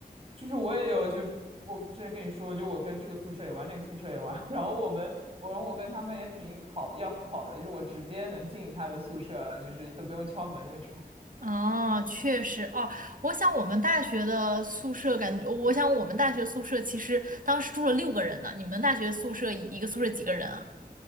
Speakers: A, on the right; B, on the right.
A: 就是我也有，就我之前跟你说，就我跟这个宿舍也玩，那个宿舍也玩，<laughs> 然后我们我然后我跟他们也挺好要好的，就是我直接能进他的宿舍，就是都不用敲门那种，
B: 哦，确实哦，我想我们大学的宿舍感觉，我想我们大学宿舍其实当时住了六个人呢。你们大学宿舍一个宿舍几个人啊？